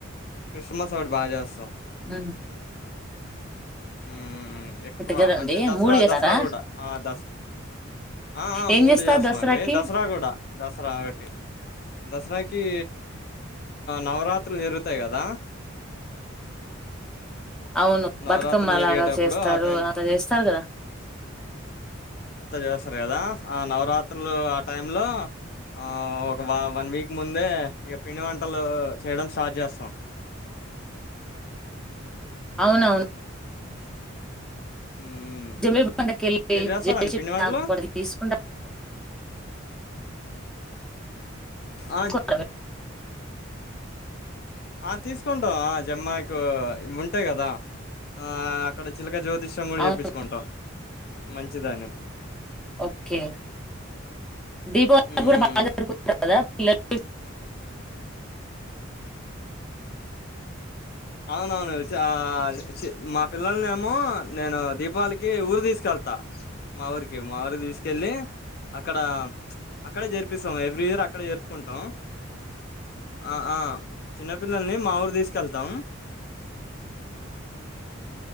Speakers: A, on the left (about 50°); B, in the centre.
A: క్రిస్మస్ ఒకటి బాగా చేస్తాం
B: ఆ
A: హు ఎక్కువ
B: కదండి
A: అంటే దసరా
B: మూడు చేస్తారా
A: దసరా కూడా ఆ దసరా ఆ
B: ఏం
A: మూడు
B: చేస్తారు
A: చేస్తాం
B: దసరాకి
A: అండి దసరా కూడా దసరా ఒకటి దసరాకి నవరాత్రులు జరుగుతాయి కదా
B: అవును
A: నవరాత్రులు
B: బతుకమ్
A: జరిగేటప్పుడు
B: లాగా చేస్తారు
A: ఆ టైం
B: అదంతా చేస్తారు కదా
A: స్తారు కదా ఆ నవరాత్రులు ఆ టైం లో ఆఓ ఒక వన్ వీక్ ముందే ఇక పిండి వంటలు చేయడం స్టార్ట్ చేస్తాం
B: అవునవును
A: మ్మ్
B: జమీ పండకి వెళ్ళి
A: మీరు చేస్తారండి
B: జ చెట్కు
A: పిండి వంటలు
B: తీసుకుంటట్
A: ఆ
B: క
A: ఆ తీసుకుంటాం జమ్మాకు ఉంటాయి కదా ఆ అక్కడ చిలక జ్యోతి తిషం కూడా
B: అవును
A: చెప్పించుకుంటాం మంచిదాని
B: ఓకే దీపావళి
A: మ్మ్
B: కూడా బాగాగుత్తా కదా పిల్లల
A: అవునవును చ మా పిల్లల్ని ఏమో నేను దీపావళికి ఊరు తీసుకెళ్తా మా ఊరికి మా ఊరి తీసుకెళ్ళి అక్కడ అక్కడే చేర్పిస్తాం ఎవ్రీ ఇయర్ అక్కడే చేపి కుంటాం ఆ ఆ చిన్నపిిల్లల్ని మా ఊరు తీసుకు చల్తా